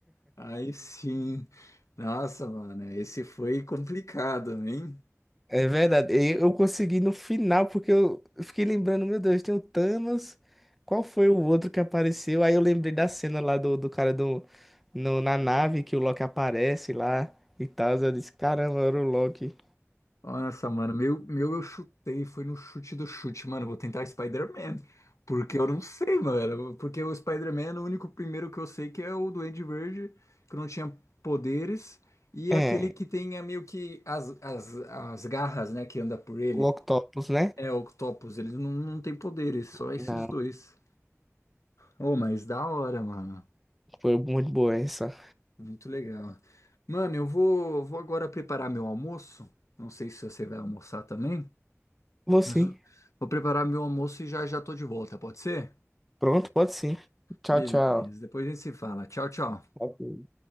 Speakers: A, on the left (about 80°); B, in the centre.
A: Aí sim. Nossa, mano, esse foi complicado, hein?
B: É verdade. E Eu consegui no final, porque eu eu fiquei lembrando, meu Deus, tem o Thanos. Qual foi o outro que apareceu? Aí eu lembrei da cena lá do, do cara do, no, na nave que o Loki aparece lá e tal. Eu disse, caramba, era o Loki.
A: Nossa, mano, meu, meu eu chutei, foi no chute do chute, mano. Vou tentar Spider-Man, porque eu não sei, mano. Porque o Spider-Man, o único primeiro que eu sei que é o Duende Verde, que não tinha poderes, e
B: É,
A: aquele que tem é, meio que as, as, as garras, né, que anda por ele.
B: o Octopus, né?
A: É, Octopus, eles não, não têm poderes, só esses
B: Não,
A: dois. Oh, mas da hora, mano.
B: foi muito boa essa.
A: Muito legal. Mano, eu vou, vou agora preparar meu almoço. Não sei se você vai almoçar também,
B: Vou
A: mas
B: sim.
A: eu vou preparar meu almoço e já já tô de volta, pode ser?
B: Pronto, pode sim. Tchau,
A: Beleza,
B: tchau.
A: depois a gente se fala. Tchau, tchau.
B: Ok.